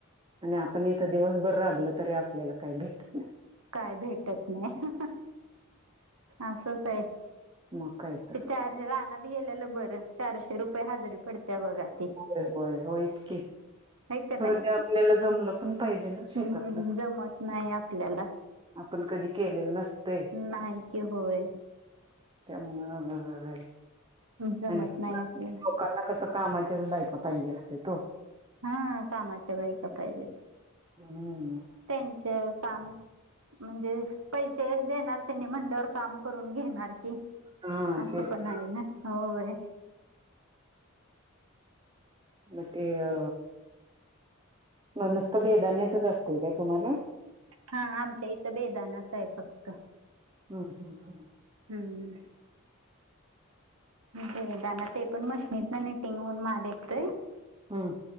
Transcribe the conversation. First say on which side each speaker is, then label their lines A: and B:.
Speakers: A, on the right (about 25°); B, on the right (about 80°).
A: आणि आपण हितं दिवसभरं राबलं तरी, आपल्याला काही भेटत नाही.
B: काय भेटत नाही, असंच आहे.
A: मग काय तर
B: तेच्या एवजी रानात गेलेलं बरं चारशे रुपये हजरी पडते बघा ती
A: होय, होय होईच की
B: हाय का
A: खरं
B: नाही
A: ते आपल्याला जमलं पण पाहिजे ना शेतातलं
B: हम्म जमत नाही आपल्याला
A: आपण कधी केलेलं नसतंय
B: नाही की होय
A: त्यामुळं <unintelligible>
B: जमत
A: आणि कसं
B: नाही आपल्याला
A: लोकांना कसं कामाच्याच बायका पाहिजे असतेत ओ
B: हा कामाच्या बायका पाहिजेत
A: हम्म
B: त्यांचं काम म्हणजे पैसे देणारं त्यांनी म्हणल्यावर काम करून घेणार की
A: हा
B: असं
A: तेच
B: पण आहे ना होय
A: म ते अ म नुसतं बेदान्याचच असतंय काय तुम्हाला
B: हा आमच्या इथं बेदानाच आहे फक्त
A: हम, हम
B: हम्म बेदाना ते पण मशनीत ना निटिंग होऊन माल येतोय
A: हम